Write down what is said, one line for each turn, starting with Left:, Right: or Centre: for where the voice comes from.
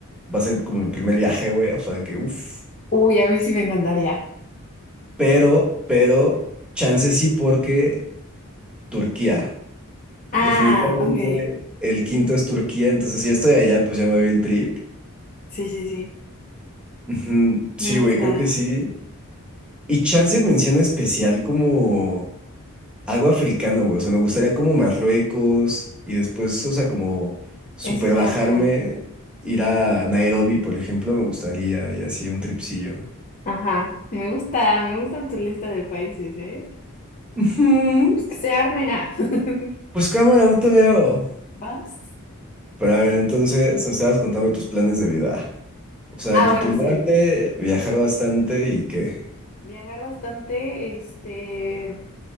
Centre: va a ser como mi primer viaje, güey, o sea, de que uff,
Left: Uy, a mí sí me encantaría.
Centre: pero, pero, chance sí porque Turquía,
Left: Ah,
Centre: definitivamente
Left: ok.
Centre: el quinto es Turquía, entonces si ya estoy allá, pues ya me doy el trip.
Left: Sí, sí, sí.
Centre: Ujú, Sí,
Left: Me
Centre: güey,
Left: gusta.
Centre: creo que sí. Y chance mención especial como... Algo africano, güey. O sea, me gustaría como Marruecos y después, o sea, como super
Left: Eso suena
Centre: bajarme,
Left: cool.
Centre: ir a Nairobi, por ejemplo, me gustaría y así un tripsillo.
Left: Ajá. Me gusta, me gustan tu lista de países, ¿eh?
Centre: Ujú.
Left: Pues que se arme. Ah. <laughs>
Centre: Pues cámara, no te veo.
Left: ¿Vas?
Centre: Pero a ver, entonces me estabas contando tus planes de vida. O sea,
Left: Ah,
Centre: titularte,
Left: bueno, sí.
Centre: viajar bastante y qué.
Left: Viajar bastante, este.